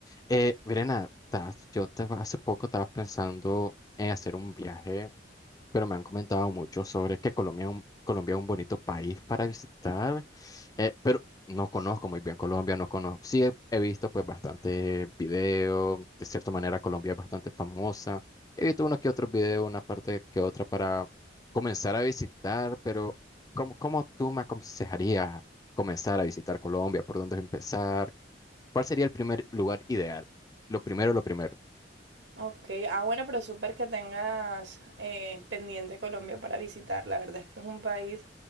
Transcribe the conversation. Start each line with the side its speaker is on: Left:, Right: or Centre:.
Left: Eh, Verena, tas- yo te- hace poco estaba pensando en hacer un viaje pero me han comentado mucho sobre que Colombia es un, Colombia es un bonito país para visitar, eh, pero no conozco muy bien Colombia, no conozco, sí he, he visto pues bastante video, de cierta manera Colombia es bastante famosa, he visto unos que otros videos, una parte que otra para comenzar a visitar, pero ¿cómo, cómo tú me aconsejarías comenzar a visitar Colombia? ¿Por dónde empezar? ¿Cuál sería el primer lugar ideal? Lo primero, lo primero.
Right: Ok, ah bueno, pero súper que tengas eh, pendiente Colombia para visitar. La verdad es que es un país